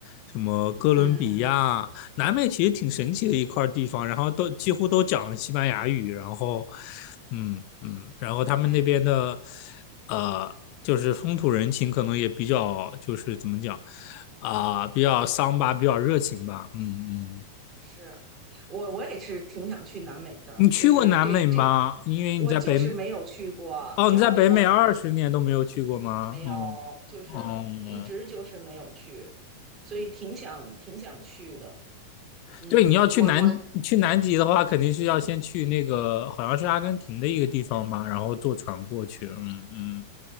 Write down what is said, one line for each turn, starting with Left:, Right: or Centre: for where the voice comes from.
Left: 什么哥伦比亚，
Right: 嗯，嗯
Left: 南美其实挺神奇的一块地方，然后都几乎都讲西班牙语，然后，嗯嗯，然后他们那边的，
Right: 对，
Left: 呃，就是风土人情可能也比较，就是怎么讲，啊、比较桑巴，比较热情吧，嗯嗯。
Right: 是我我也是挺想去南美的，
Left: 你去过南美吗？
Right: 就是这这，
Left: 因为你在北美，
Right: 我就是没有去过，
Left: 哦，
Right: 因为我
Left: 你在北美二十年都没有去过吗？
Right: 没有，
Left: 嗯，
Right: 就是一直就是没有去，
Left: 哦、嗯
Right: 所以挺想挺想去的。嗯，
Left: 对，你要去南去南极的话，
Right: 我我
Left: 肯定是要先去那个好像是阿根廷的一个地方吧，然后坐船过去。嗯嗯